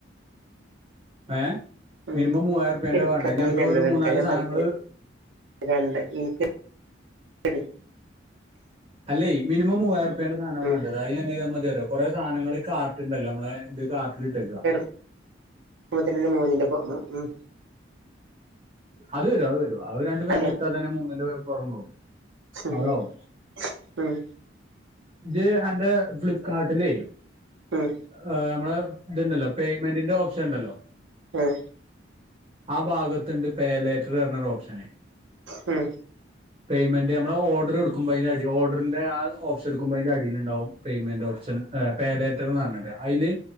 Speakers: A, on the right; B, on the right.
A: ഏ
B: ഉം
A: മിനിമം മൂവായിരം ഉറുപ്യന്റെ
B: എടുക്കാ
A: വേണ്ടേ ഞനക്ക്
B: കൈയിലുള്ളത്
A: ഒരു മൂന്നാല്
B: എടുക്കാ ഞാൻ
A: സാധനങ്ങള്
B: പറഞ്ഞ രണ്ട് എനിക്ക് എട്
A: അല്ലെ മിനിമം മൂവായിരം രൂപ്യാൻ്റെ സാധനം
B: ഉം
A: വേണ്ടത് അതിന് എന്ത് ചെയതാ മതി കുറെ സാധനങ്ങളുടെ കാർട്ടുണ്ടല്ലോ നമ്മളെ ഇത് കാർട്ടിലിട്ടേക്കുക
B: ഇപ്പോ തന്നെ മൂന്നിലിപ്പ ഉം ഉം
A: അത് വരും അത് വരും അത് രണ്ട് ഫാൻ
B: അല്ല
A: എടുത്താൽ തന്നെ മൂന്നിന്റെ അപ്പുറം പോകും
B: ഉം
A: അതാവും
B: ഉം
A: ഇത് ആന്റെ ഫ്ലിപ്കാർട്ടിലേ
B: ഉം
A: അ് നമ്മളെ ഇതുണ്ടല്ലോ പേയ്മെന്റിന്റെ ഓപ്ഷൻ ഉണ്ടല്ലോ
B: ഉം
A: ആ ഭാഗത്തുണ്ട് പേലേറ്റർ പറഞ്ഞൊരു ഓപ്ഷന്
B: ഉം
A: പേയ്മെന്റ് നമ്മള് ഓർഡർടുകുമ്പോ അതിന്റെടി ഓർഡറിന്റെ ആ ഓപ്ഷൻ എടുക്കുമ്പോ അതിന്റെ അടിൽലുണ്ടാവും പേയ്മെന്റ് ഓപ്ഷൻ പേലേറ്റർ എന്ന് പറഞ്ഞിട്ട് അതില്